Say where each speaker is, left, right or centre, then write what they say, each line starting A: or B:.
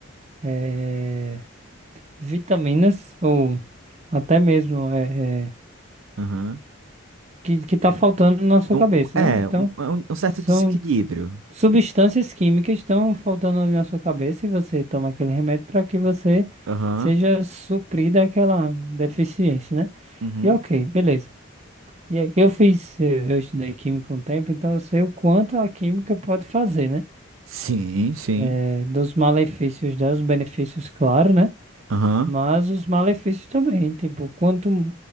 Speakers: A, on the right; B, on the right.
A: eh, vitaminas ou até mesmo eh, eh,
B: aham.
A: que, que tá faltando na sua
B: Um-
A: cabeça,
B: um- é,
A: né? Então.
B: um, é um- um certo
A: são
B: desequilíbrio.
A: Substâncias químicas estão faltando ali na sua cabeça e você toma aquele remédio para que você
B: Aham.
A: seja suprida aquela deficiência, né?
B: Uhum.
A: E ok, beleza. E aí, eu fiz, eh, eu estudei química um tempo, então eu sei o quanto a química pode fazer, né?
B: Sim, sim.
A: Eh, dos malefícios dela, os benefícios, claro, né?
B: Aham,
A: Mas os malefícios também, tipo, quanto